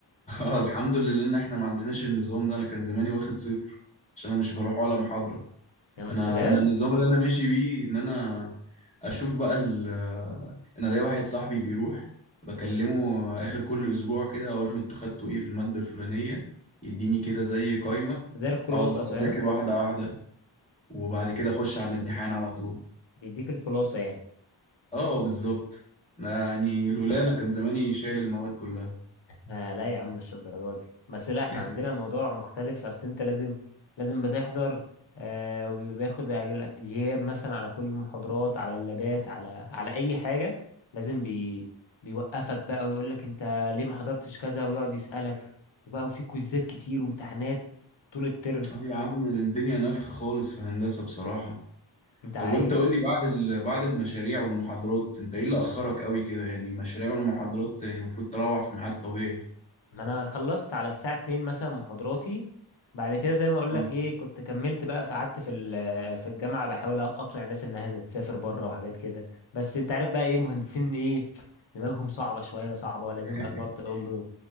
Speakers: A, on the left; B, on the left.
A: <laughs> اه الحمد لله ان احنا ما عندناش النظام ده انا كان زماني واخد صفر عشان انا مش بروح ولا محاضرة
B: يعني
A: انا
B: بجد
A: انا النظام اللي انا ماشي بيه ان انا اشوف بقى ال انا ليا واحد صاحبي بيروح بكلمه اخر كل اسبوع كده اقول له انتوا خدتوا ايه في المادة الفلانية يديني كده زي قايمة
B: زي الخلاصة
A: اقعد بقى
B: فاهم
A: اذاكر واحدة واحدة وبعد كده اخش على الامتحان على طول
B: بيديك الخلاصة يعني
A: اه بالظبط يعني لولا انا كان زماني شايل المواد كلها
B: آه لا يا عم مش الدرجة دي بس لا
A: <laughs>
B: احنا عندنا الموضوع مختلف اصل انت لازم لازم بتحضر آه وبياخد أج- غياب مثلا على كل المحاضرات على اللابات على على اي حاجة لازم بي بيوقفك بقى ويقول لك انت ليه ما حضرتش كذا ويقعد يسألك وبقى وفي كويزات كتير وامتحانات طول الترم
A: اه يا عم الدنيا نفخ خالص في هندسة بصراحة
B: انت
A: طب
B: ايه
A: وانت قول لي بعد ال... بعد المشاريع والمحاضرات انت ايه اللي اخرك قوي كده يعني المشاريع والمحاضرات يعني المفروض تروح في ميعاد طبيعي
B: ما انا خلصت على الساعة 2 مثلا محاضراتي بعد كده زي ما اقول
A: اه
B: لك ايه كنت كملت بقى فقعدت في ال- في الجامعة بحاول اقنع الناس انها تسافر بره وحاجات كده بس انت عارف بقى ايه مهندسين ايه دماغهم صعبة شوية صعبة ولازم
A: <laughs>
B: بقى تقعد تقول له